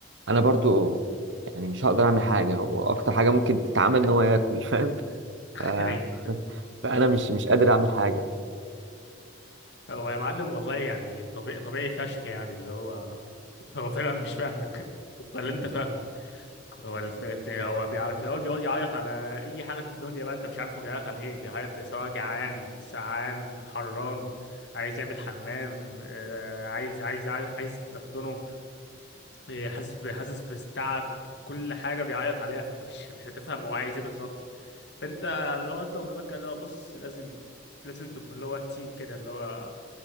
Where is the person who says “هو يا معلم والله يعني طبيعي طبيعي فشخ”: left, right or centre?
Left